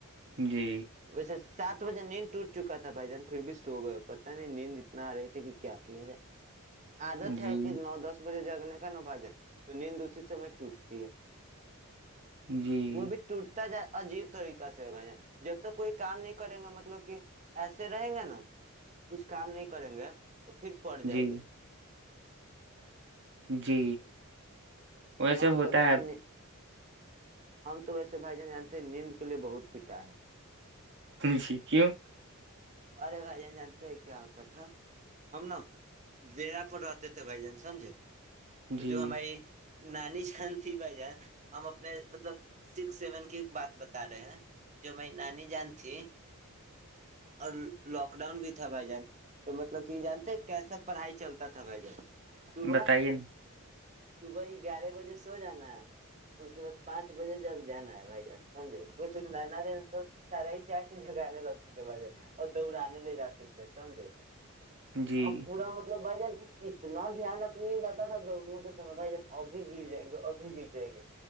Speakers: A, on the right (about 55°); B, on the right (about 30°).
A: جی
B: ویسے سات بجے نیند ٹوٹ چکا تھا بھائی جان پھر بھی سو گئے ہو پتا نہیں نیند اتنا آ رہی تھی کہ کیا جائے عادت
A: جی
B: ہے کہ نو دس بجے جا کا نا بھاجن تو نیند اسی سے میں ٹوٹتی ہے
A: جی
B: وہ بھی ٹوٹتا جا عجیب طریقہ سے بھ جب تک کوئی کام نہیں کریں گے مطلب کہ ایسے رہیں گے نا کچھ کام نہیں کریں گے تو پھر پڑ جائے
A: جی
B: گی
A: جی ویسے
B: ہم
A: ہوتا
B: تو بھائی جان
A: ہے
B: ہم تو ویسے بھائی جان جانتے ہیں نیند کے لیے بہت پیٹا ہے
A: جی کیوں
B: ارے بھائی جان جانتے کیا ہوتا تھا ہم نا دیرا پور رہتے تھے بھائی جان سمجھے تو
A: جی
B: جو ہماری نانی جان تھی بھائی جان ہم اپنے مطلب سکس سیون کی بات بتا رہے ہیں جو ہماری نانی جان تھی اور لاک ڈاؤن بھی تھا بھائی جان تو مطلب کہ جانتے کیسا پڑھائی چلتا تھا بھائی جان صبح
A: بتائیے نا <unintelligible>
B: صبح ہی گیارہ بجے سو جانا ہے اس کے بعد پانچ بجے جگ جانا ہے بھائی جان سمجھے د سارا ہی چار سے جگ آنے لگتا ب اور دوراننے لے جاتے تھے سمجھے
A: جی
B: ا پورا مطلب <unintelligible> بھائی جان اتنا دھیان اپنے رہاتا تھا دوڑنے کا س بھائی جان ابھی گر جائیں گے اب گر جائیں گے